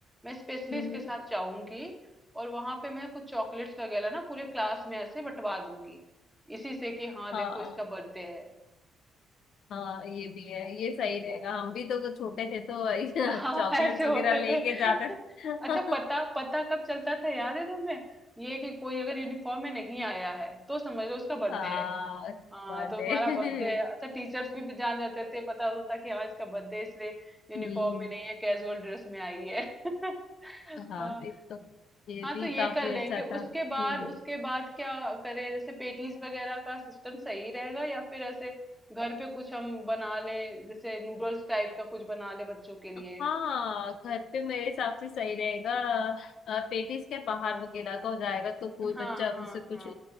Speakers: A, in the centre; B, on the left.
A: मैं स्पेशली
B: हम्म
A: इसके
B: हम्म।
A: साथ जाऊंगी और वहां पे मैं कुछ चॉकलेट्स वगैरह ना पूरे क्लास में ऐसे बंटवा दूंगी इसी से कि हाँ
B: हाँ
A: देखो इसका बर्थडे है
B: हाँ ये भी है ये सही रहेगा हम भी तो तो छोटे थे तो <laughs>
A: हाँ
B: चॉकलेट्स
A: <laughs> ऐसे होते
B: वगैरह लेके
A: थे
B: जाते थे।
A: अच्छा पता
B: <laughs>
A: पता कब चलता था याद है तुम्हें ये कि कोई अगर यूनिफॉर्म में नहीं आया है तो समझ लो उसका बर्थडे
B: हाँ
A: है हाँ
B: बर्थडे
A: तो हमारा
B: <laughs>
A: बर्थडे है अच्छा टीचर्स भी जान जाते थे पता होता था कि हाँ इसका बर्थडे इसलिए यूनिफॉर्म
B: हम्म
A: में नहीं है कैजुअल ड्रेस में आई है <laughs>
B: हाँ
A: हाँ
B: ये तो ये
A: हाँ,
B: भी
A: तो ये
B: काफी
A: कर लेंगे
B: अच्छा था
A: उसके बाद
B: हम्म
A: उसके बाद क्या करें जैसे पेटीज वगैरह का सिस्टम सही रहेगा या फिर ऐसे घर पे कुछ हम बना लें जैसे नूडल्स टाइप का कुछ बना ले बच्चों के लिए
B: हाँ घर पे मेरे हिसाब से सही रहेगा अ, पेटिस के बाहर वगैरह का हो जाएगा तो कोई
A: हाँ
B: बच्चा
A: हाँ
B: जैसे कुछ
A: हाँ